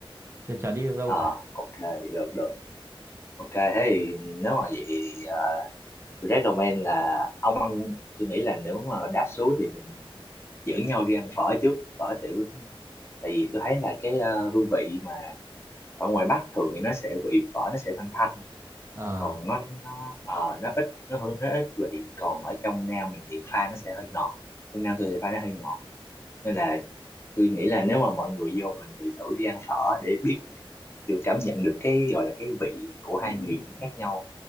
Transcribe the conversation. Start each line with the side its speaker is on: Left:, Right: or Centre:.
Right: chả,
Left: Ừ.
Right: chả đi được đâu
Left: Ờ,
Right: cả
Left: ok, được được. Ok, thế thì nếu mà vậy thì ờ, tôi recommend là ông ăn, tôi nghĩ là nếu mà đáp xuống thì mình dẫn nhau đi ăn phở trước, phở tiểu, tại vì tôi thấy là cái ờ, hương vị mà ở ngoài Bắc thường thì nó sẽ vị phở nó sẽ thanh thanh,
Right: à,
Left: còn nó nó ờ, nó ít nó hương nó ít vị, còn ở trong Nam mình thì pha nó sẽ hơi ngọt, trong Nam tôi thì pha nó hơi ngọt, nên là tôi nghĩ là nếu mà mọi người vô mọi người thử đi ăn phở để biết kiểu cảm nhận được cái gọi là cái vị của Ừ. hai miền nó khác nhau,